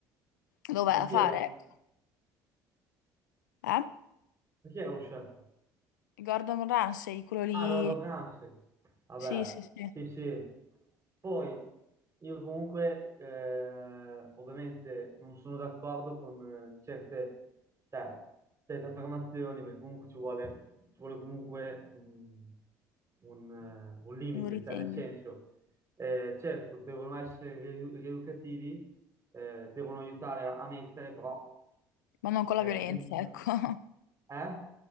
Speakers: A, on the left (about 90°); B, on the right (about 30°).
A: lo vai
B: Ma
A: a
B: chi
A: fare,
B: era lo chef?
A: ecco. Eh?
B: Ma Chi era lo chef?
A: Gordon Ramsay, quello lì,
B: Ah, Gordon Ramsay. Vabbè,
A: sì, sì, sì,
B: sì, sì. Poi io comunque, eh, ovviamente, non sono d'accordo con eh, certe, cioè, certe affermazioni, perché comunque ci vuole, ci vuole comunque un, un, eh, un limite,
A: lo ritengo,
B: cioè nel senso, eh, certo, devono essere riedu- rieducativi, eh, devono aiutare a, a mettere, però
A: ma non con
B: eh,
A: la violenza,
B: comunque...
A: ecco, <laughs>
B: Eh?